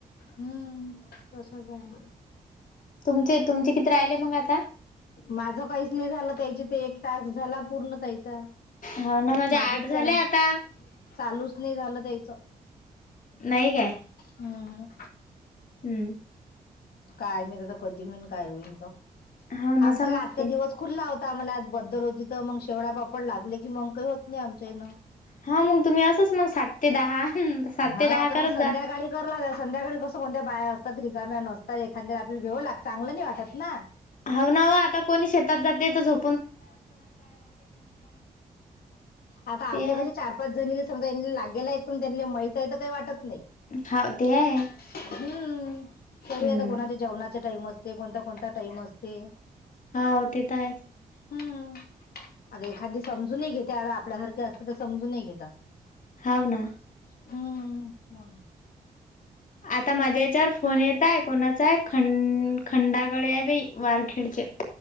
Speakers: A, on the left (about 80°); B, on the left (about 60°).
A: हम्म तसच आहे.
B: तुमचे तुमचे किती राहिले मंग आता?
A: माझ काहीच नाही झाल ना त्याचे ते एक टास्क झाला पूर्ण ताईचा.
B: हाव ना माझे आठ
A: माझ
B: झाले
A: चाल चालूच
B: आता
A: नाही झाल त्यायच.
B: नाही काय.
A: हम्म
B: हम्म.
A: काय माहित कधी होईन काय होईन ग?
B: हाव ना
A: आमचा
B: समजते.
A: काय आजचा दिवस खुल्हा होता आम्हाला आज बद्दल होती तर मग शेवडा पापड लागले की मग काही होत नाही आमच्यान.
B: हा मग तुम्ही असंच मग सात ते दहा सात
A: हां
B: ते दहा
A: तर
B: करत
A: मग संध्याकाळी
B: जा.
A: करला लागल संध्याकाळी कस. कोणत्या बाया असतात रिकाम्या नसतात एखाद्या रात्री आपल्याला भेव लाग चांगल नाही वाटत ना.
B: हाव नाओ आता कोणी शेतात जाते तर झो
A: आता
B: ते
A: आपल्या
B: आहे
A: कसे चार. जणीले समजा लागेलाय पण त्यांनी माहित आहे तर काही वाटत नाही.
B: हां ते आहे.
A: हम्म तरी
B: हम्म
A: आता कोणाचा जेवणाचा टाईम असते कोणता कोणता टाईम असते.
B: हाव ते तर आहे.
A: हम्म आतख एखादी समजूनही घेते आता आपल्यासारखे असते तर समजूनही घेतात.
B: हाव ना.
A: हम्म हम्म
B: आता माझ्या याच्यावर फोन येताय कोणाचा आहे खंड खंडागळे आहे बाई वारखेडचे.